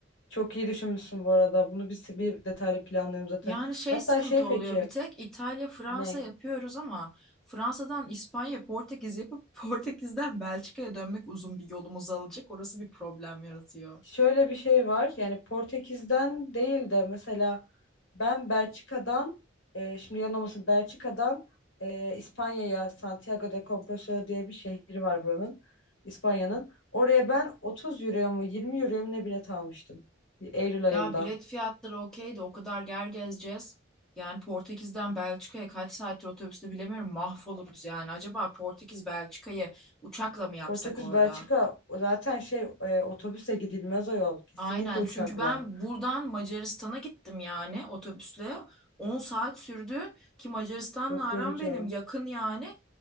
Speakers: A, on the left (about 70°); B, in the centre.
A: Çok iyi düşünmüşsün bu arada. Bunu biz bir detaylı planlıyorum zaten.
B: Yani şey
A: Hatta
B: sıkıntı
A: şey
B: oluyor
A: peki
B: bir tek İtalya, Fransa
A: ne?
B: yapıyoruz ama Fransa'dan İspanya, Portekiz yapıp <laughs> Portekiz'den Belçika'ya dönmek uzun bir yolumuz alacak. Orası bir problem yaratıyor.
A: Şöyle bir şey var. Yani Portekiz'den değil de mesela ben Belçika'dan e, şimdi yanılmasın Belçika'dan e, İspanya'ya Santiago de Compostela diye bir şehri var buranın. İspanya'nın. Oraya ben 30 euroya mı 20 euroya mı ne bilet almıştım. Eylül
B: Ya
A: ayında.
B: bilet fiyatları okey de o kadar yer gezeceğiz. Yani Portekiz'den Belçika'ya kaç saattir otobüste bilemiyorum mahvoluruz yani. Acaba Portekiz Belçika'yı uçakla mı yapsak
A: Portekiz
B: orada?
A: Belçika zaten şey e, otobüse gidilmez o yol. Kesinlikle
B: Aynen
A: uçakla.
B: çünkü ben buradan Macaristan'a gittim yani otobüsle. 10 saat sürdü ki Macaristan'la
A: Çok
B: aram
A: yorucu.
B: benim yakın yani.